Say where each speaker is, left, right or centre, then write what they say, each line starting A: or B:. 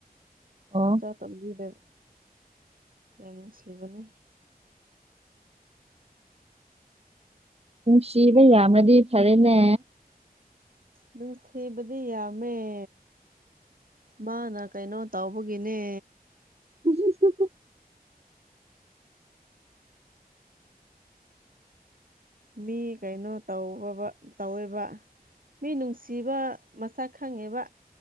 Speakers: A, on the right (about 40°); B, on the right (about 60°).
A: ꯑꯣ꯫
B: ꯆꯥ ꯇꯝꯕꯤꯗꯦ ꯌꯥꯝ ꯅꯨꯡꯁꯤꯕꯅꯦ꯫
A: ꯅꯨꯡꯁꯤꯕ ꯌꯥꯝꯃꯗꯤ ꯐꯔꯦꯅꯦ꯫
B: ꯅꯨꯡꯁꯤꯕꯗꯤ ꯌꯥꯝꯃ‌ꯦ꯫ ꯃꯥꯅ ꯀꯩꯅꯣ ꯇꯧꯕꯒꯤꯅꯦ꯫
A: <unintelligible>
B: ꯃꯤ ꯀꯩꯅꯣ ꯇꯧꯕꯒ ꯇꯧꯋ‌ꯦꯕ꯫ ꯃꯤ ꯅꯨꯡꯁꯤꯕ ꯃꯁꯛ ꯈꯪꯉꯦꯕ꯫